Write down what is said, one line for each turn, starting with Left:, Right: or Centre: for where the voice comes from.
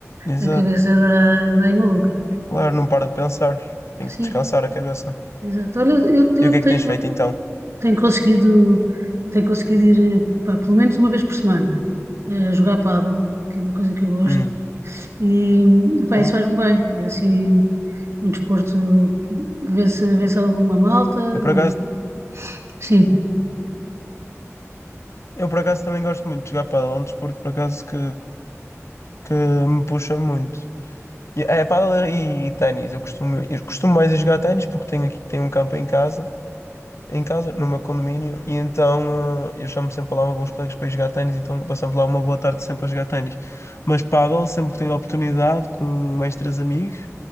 Left: Exato.
Right: a cabeça dá, dá aí maluca.
Left: Claro, não paro de pensar. Tenho
Right: Sim.
Left: que descansar a cabeça.
Right: Exato. Olha, eu, eu
Left: E o que
Right: tenho,
Left: é que tens feito então?
Right: tenho conseguido, tenho conseguido ir, pá, pelo menos uma vez por semana, eh, jogar pádel, que é uma coisa que eu gosto,
Left: Hum.
Right: e pá,
Left: Oh.
Right: isso faz-me bem. É assim, um desporto, vê-se, vê-se alguma malta,
Left: Eu por acaso,
Right: e sim.
Left: eu por acaso também gosto muito de jogar pádel. É um desporto por acaso que, que me puxa muito. E- É, pádel e, e ténis. Eu costumo, eu costumo mais a jogar ténis porque tenho aqui tenho um campo em casa em casa, no meu condomínio, e então eh, eu chamo sempre lá alguns colegas para ir jogar ténis, então passamos lá uma boa tarde sempre a jogar ténis. Mas pádel, sempre que tenho a oportunidade, com mais três amigos,